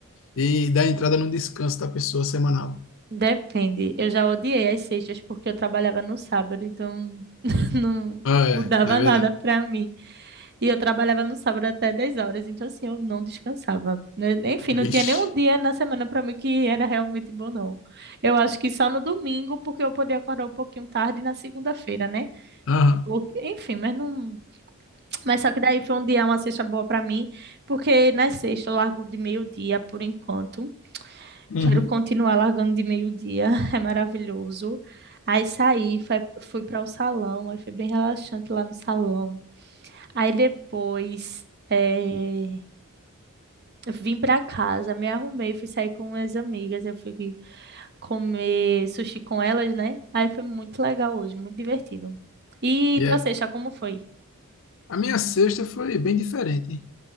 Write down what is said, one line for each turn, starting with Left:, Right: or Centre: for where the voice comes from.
Left: de dar entrada no descanso da pessoa semanal.
Right: Depende. Eu já odiei as sextas porque eu trabalhava no sábado, então <laughs> não
Left: Ah, é,
Right: mudava
Left: é verdade.
Right: nada pra mim. E eu trabalhava no sábado até 10 horas, então assim, eu não descansava. né? Enfim, não
Left: Vixe.
Right: tinha nenhum dia na semana para mim que era realmente bom, não. Eu acho que só no domingo, porque eu podia acordar um pouquinho tarde na segunda-feira, né?
Left: Aham.
Right: Porque- Enfim, mas não. Mas só que daí foi um dia, uma sexta boa para mim, porque na sexta eu largo de meio-dia por enquanto.
Left: Uhum.
Right: Quero continuar largando de meio-dia, <laughs> é maravilhoso. Aí saí, fui, fui para o salão, aí foi bem relaxante lá no salão. Aí depois. eh, Eu vim pra casa, me arrumei, fui sair com minhas amigas, eu fui comer sushi com elas, né? Aí foi muito legal hoje, muito divertido. E
Left: E
Right: tua
Left: é.
Right: sexta, como foi?
Left: A minha sexta foi bem diferente. hein?